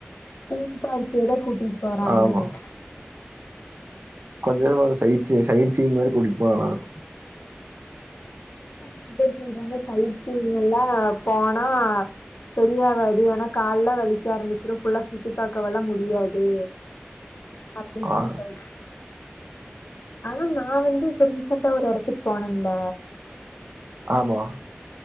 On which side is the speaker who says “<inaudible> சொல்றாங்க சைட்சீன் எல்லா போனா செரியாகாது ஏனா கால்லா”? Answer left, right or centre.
Left